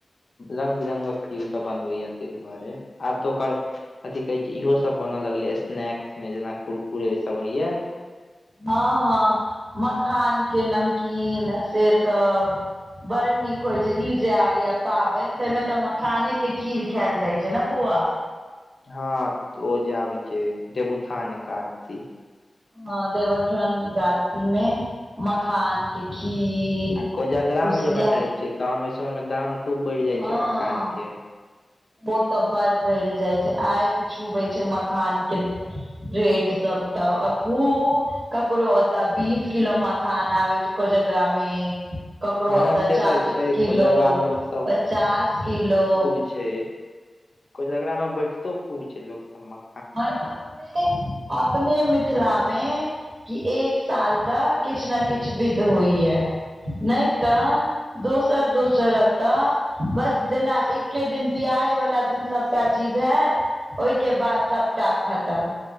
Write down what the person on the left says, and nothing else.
रंग बिरंगक चीज सब बनबैया तै दुआरे आब तऽ ओकर अथी कहे छै इहो सब बन लगले स्नैक्स में कुरकुरे सब हेये।
हँ ओ जे आबै छै देवउथान एकादशी
आ कोजगरा
में जे बटाई छ तहन ओइ समय में दाम खूब बैढ़ जाय
छै मखान केँ
हँ
से
तऽ छै
कोजगरा मे लोक सब
छै। कोजेगरा मऽ बैठतो खूब छै लोक सब मऽ।